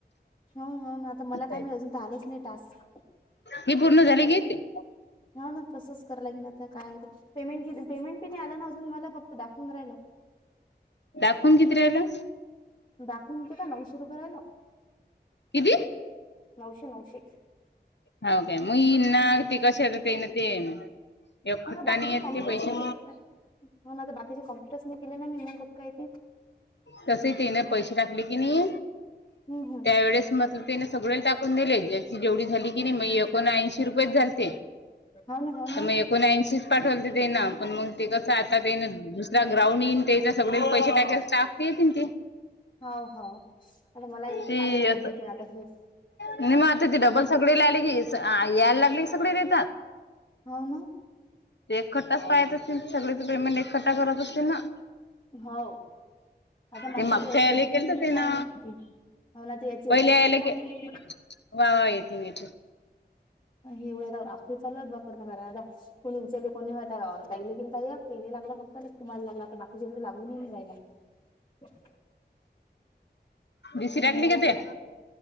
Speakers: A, on the left; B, on the left.
A: हो हो ना आता मला काय
B: आहे
A: मिळे अजून तर आलंच नाही टास्क
B: हे पूर्ण झाले कि ते
A: ह ना तसंच कराय ला के काय पेमेंट पेमेंट पि नाही आला ना अजून मला फक्त दाखव चंग राहिल
B: दाखवून किती राहिला
A: दाखवून घता नऊशे रुपये रा ना
B: किती
A: नऊशे नऊशे
B: हो का म नागती कश आातन ते एक खट्टाने
A: बाकीचे
B: येत
A: कम्प्युटर्स
B: ते पैसे
A: न हो म बाकी कमपटशने पला ना मी म ककाती
B: तस ते ना पैसे टाकले की नाही
A: हम्म हम्म
B: त्यावेळेस म ने सगळ टाकून दिले जे जेवढी झाली की नाही मग एकोण ऐंशी रुपयेच झालते
A: हाव ना हाव ना
B: तर मग कोणी ऐंशीच पाठवल तर ते ना पण मग ते कसं आता ते दुसरा ग्राउंड येईन त्याच्या सगळे पैसे टाक टाकतील ते
A: हो हो आता मला येत
B: ते
A: काय मग कधी
B: असं
A: येतील ना आता हेच
B: नाही मग आता ती डबल सगळे लाहिली की यायला लागले की सगळे देतात
A: होा ना
B: ते एकखठ्ठाच पाहत असतील सगळे तिकडे म्हणजे एकखठ्ठा करत असतील ना
A: हो आता माझ्या
B: ते मागच्या
A: आता याची
B: यायला
A: येतील
B: केलं
A: कि
B: तर
A: नाही
B: ते
A: काय
B: ना
A: मिळतील अना तर याची येतात
B: पहिले यायला
A: कि नाही काय
B: के
A: मिळतील
B: वा वा येेते मिट
A: एवढ्या आखरी चालत बा कर ना कराय आ कोणी उचले कोणी आता तैला गेल य तै लागला फक्त ना तुम्हाला लागला तरता बाकीच्या ज लागूनही नाही जायला लात अ <unintelligible>
B: बेसी
A: तुमचा
B: टांगली
A: लागला
B: क ते